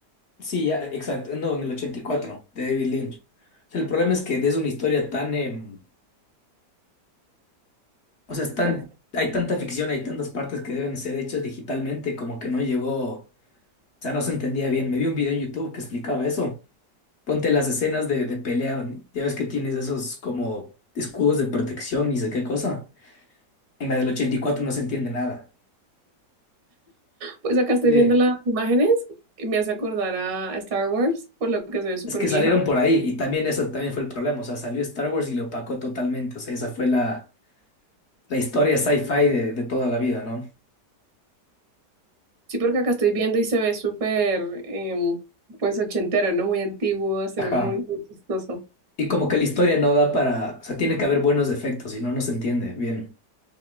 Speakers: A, on the left (about 50°); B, on the right (about 85°).
A: Sí, ya, exacto. No, en el 84 de David Lynch. O sea, el problema es que es una historia tan, em, o sea, es tan,
B: Bueno,
A: hay tanta ficción, hay tantas partes que deben ser hechas digitalmente, como que no llegó, o sea, no se entendía bien. Me vi un video en YouTube que explicaba eso. Ponte las escenas de, de pelea, ya ves que tienes esos como escudos de protección, ni sé qué cosa. En la del 84 no se entiende nada.
B: Pues acá estoy
A: Sí.
B: viendo las imágenes y me hace acordar a Star Wars, por lo que se ve súper
A: Es que
B: vieja.
A: salieron por ahí y también eso también fue el problema. O sea, salió Star Wars y lo opacó totalmente. O sea, esa fue la la historia sci-fi de, de toda la vida, ¿no?
B: Sí, porque acá estoy viendo y se ve súper, em, pues ochentero, ¿no? Muy antiguo, se
A: Ajá.
B: ve muy, muy chistoso.
A: Y como que la historia no da para, o sea, tiene que haber buenos efectos, si no, no se entiende bien.